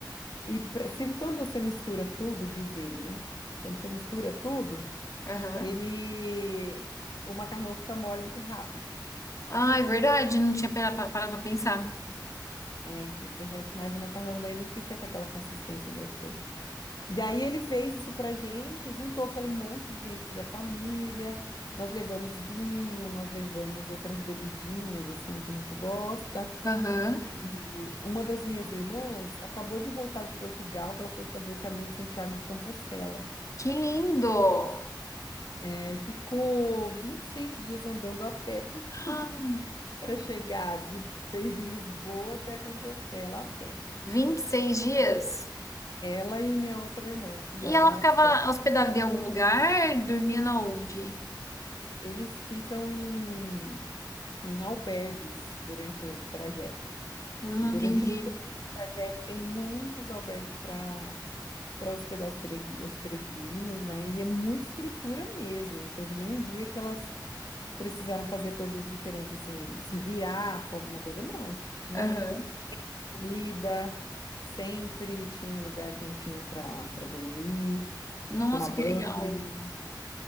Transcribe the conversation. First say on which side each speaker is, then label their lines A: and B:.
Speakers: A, on the left; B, on the left.
A: e pra- se, quando você mistura tudo, diz ele, né? Quando você mistura tudo,
B: Aham.
A: ele o macarrão fica mole muito rápido.
B: Ah, é verdade, não tinha pera- pa- parado pra pensar.
A: É, ele derrete mais o macarrão, daí não fica com aquela consistência de yakisoba. Daí ele fez isso pra gente, juntou aquele monte de gente da família. Nós levamos vinho, nós levamos outras bebidinhas assim que a gente gosta.
B: Aham.
A: E uma das minhas irmãs acabou de voltar de Portugal, que ela foi fazer o caminho de Santiago de Compostela.
B: Que lindo! <gasps>
A: É, ficou 26 dias andando a pé
B: Ah,
A: <laughs> para chegar de, fez de Lisboa até Compostela a pé.
B: 26 dias.
A: Ela e minha outra irmã, que mora
B: E ela
A: na
B: ficava
A: Austrália,
B: hospedada em algum lugar? Dormia na onde?
A: eles ficam em, em albergues durante o trajeto.
B: Hum,
A: E durante
B: entendi.
A: todo o trajeto tem muitos albergues para para hospedar os peregri- os peregrinos, né? E é muita estrutura mesmo. Não teve nenhum dia que elas precisaram fazer coisas diferentes, assim, se virar com alguma coisa. Não, tinha
B: Aham.
A: comida, sempre tinha um lugar quentinho para para dormir,
B: Nossa,
A: tomar banho.
B: que legal.